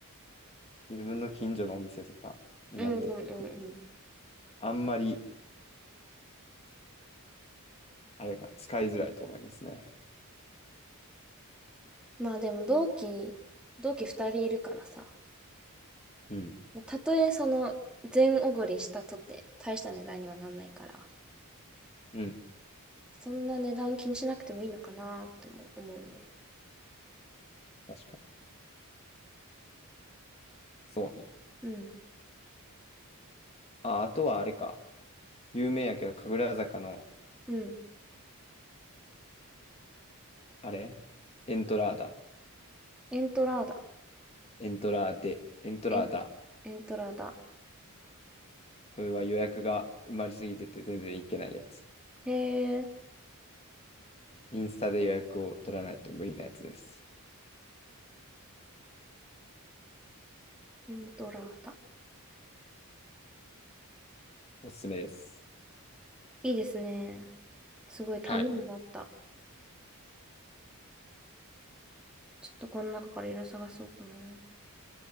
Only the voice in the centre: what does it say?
うんうんうんうん。
まあでも同期、同期2人いるからさ、
たとえその全おごりしたとって大した値段にはなんないから、
そんな値段気にしなくてもいいのかなっても思うね。
うん、
うん。
エントラーダ。
え、エントラーダ。
へえ、
エントラーダ。
いいですね。すごいためになった。
ちょっとこの中からいろいろ探そうかな。